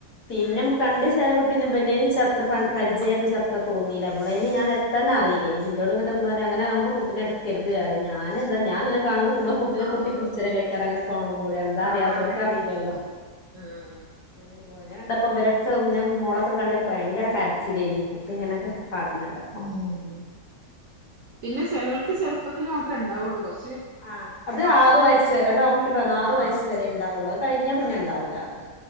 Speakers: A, on the left; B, on the right.
A: പിന്നെ അമ്മക്ക് കണ്ട് ചേലായപ്പം പിന്നെ ഇവന്റേന് ഇച്ചത്ര പ പരിചയപ്പച്ചത്ര തോന്നീല്ല ഇവളെയ്ന് ഞാൻ എത്തന്നെ അറിയില്ലേനി ഇന്റോട്ന്ന് ട്ട് ഇമ്മറിം അങ്ങനയാവുമ്പോ കുട്ടിനെ ഇട്ക്കരുത് പറിയും ഞാനെന്താ ഞാൻ ഇങ്ങനെ കാണുമ്പോ മ്മളെ കുട്ടിനെ
B: ആഹ്
A: കൂട്ടി പുടിച്ചലെല്ലേക്കാരം അങ്ങനെ കാണുമ്പളേ എന്താ
B: അതാണ്
A: അറിയാത്തോല്ക്ക് അറീല്ലല്ലോ
B: ഉം
A: അങ്ങനെ ഓനെ കണ്ടപ്പോ ഇവരക്കെ പിന്നെ മോളൊക്കെ കണ്ടിട്ട് ഭയങ്കര കരച്ചില്ലേനി കുട്ടി ഇങ്ങനെക്കെ കാണ്ട്ണെ കണ്ടാ
B: ഉം പിന്നെ ചെലോല്ക്ക് ചെറുപ്പത്തില് മാത്രേ ഇണ്ടാവോള്ളു കൊറ
A: ആഹ് അത് ആറ് വയസ്സ് വരെ ഡോക്ട് പറഞ്ഞു ആറു
B: ആഹ്
A: വയസ് വരെ ഇണ്ടാവോള്ളു അഹ് കഴിഞ്ഞാ പിന്നെ ഇണ്ടാവൂലാന്ന്